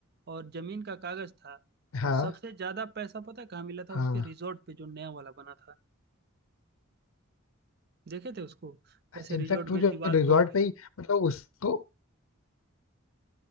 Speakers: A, on the right; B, on the left.
A: और जमीन का कागज था
B: हाँ
A: और सबसे ज्यादा पैसा पता है कहाँ मिला था
B: हाँ
A: उसके रिजॉर्ट पे जो नया वाला बना था देखे थे उसको कैसे
B: इनफैक्ट
A: रिजॉर्ट
B: वो
A: में
B: जो
A: दीवार
B: रिजॉर्ट
A: तोड़ के
B: पे ही मतलब उसको